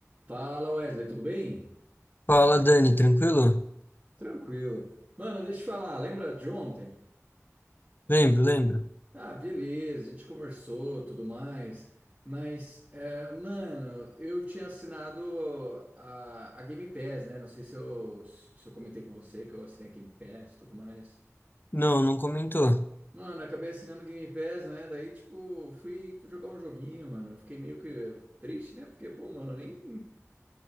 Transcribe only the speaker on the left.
Fala, Dani, tranquilo?
Lembro, lembro.
Não, não comentou.